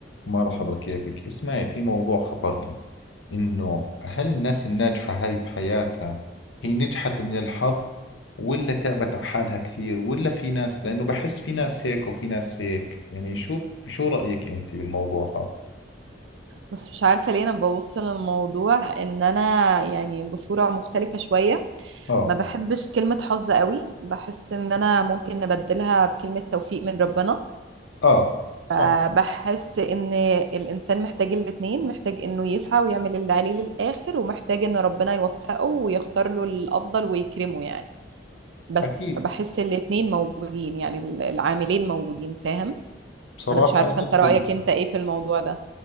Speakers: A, on the left (about 85°); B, on the right (about 80°).
A: مرحبا كيفك اسمعي في موضوع خطر لي إنه هل الناس الناجحة هاي في حياتها هي نجحت من الحظ ولا تعبت على حالها كثير ولا في ناس لأنه بحس في ناس هيك وفي ناس هيك يعني شو شو رأيك أنت بالموضوع هذا
B: بس مش عارفة ليه أنا ببص للموضوع إن أنا يعني بصورة مختلفة شوية
A: آه
B: ما بحبش كلمة حظ قوي بحس إن أنا ممكن نبدلها بكلمة توفيق من ربنا
A: آه صح
B: فبحس إن الإنسان محتاج الاتنين محتاج إنه يسعى ويعمل اللي عليه للآخر ومحتاج إن ربنا يوفقه ويختار له الأفضل ويكرمه يعني بس
A: أكيد
B: فبحس الاتنين موجودين يعني العاملين موجودين فاهم
A: بصراحة
B: أنا مش عارفة
A: أنا
B: أنت
A: نفس
B: رأيك
A: الشيء
B: أنت إيه في الموضوع ده